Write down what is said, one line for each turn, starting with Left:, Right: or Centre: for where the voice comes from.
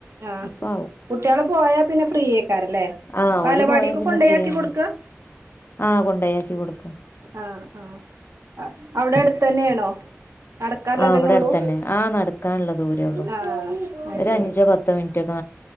Right: ആഹ്
Left: അപ്പ ആവും
Right: കുട്ട്യേള് പോയാ പിന്നെ ഫ്രീയെ ക്കാരല്ലേ
Left: ആഹ്
Right: വാലവാടീക്ക്
Left: ഓര് പോയാ പിന്നെ
Right: കൊണ്ടയാക്കി
Left: ഫ്രീ ആണ്
Right: കൊട്ക്ക
Left: ആഹ് കൊണ്ടയാക്കി കൊട്
Right: ആഹ് ആഹ് ഔടെ എട്ത്തെന്നേണോ നടക്കാല്ലെതന്നൊള്ളൂ
Left: ആഹ് ഇവിടെ അടുത്തന്നെ ആഹ് നടക്കാനുള്ള ദൂരേ ഉള്ളൂ
Right: ആഹ് ആഹ്
Left: ഒരു
Right: ശെരി
Left: അഞ്ചോ പത്തോ മിനിറ്റ് ഒക്കെ